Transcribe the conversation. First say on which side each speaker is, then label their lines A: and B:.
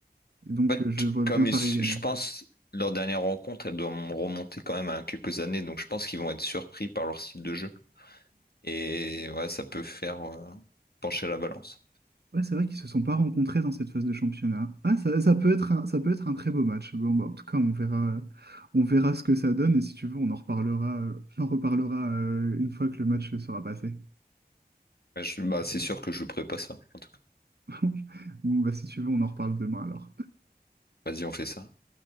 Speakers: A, on the right; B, on the left.
A: Donc,
B: En fait,
A: euh, je vois
B: comme
A: bien Paris
B: ils- je
A: gagner.
B: pense, leur dernière rencontre, elle doit m- remonter quand même à quelques années, donc je pense qu'ils vont être surpris par leur style de jeu. Et ouais, ça peut faire euh, pencher la balance.
A: Ouais, c'est vrai qu'ils se sont pas rencontrés dans cette phase de championnat. Ah, ça, ça peut être un, ça peut être un très beau match. Bon, bah, en tout cas, on verra, euh, on verra ce que ça donne et si tu veux, on en reparlera, euh, on en reparlera euh, une fois que le match sera passé.
B: Ouais, je- bah, c'est sûr que je jouerai pas ça, en tout cas.
A: <laughs> Bon, bah, si tu veux, on en reparle demain alors.
B: Vas-y, on fait ça.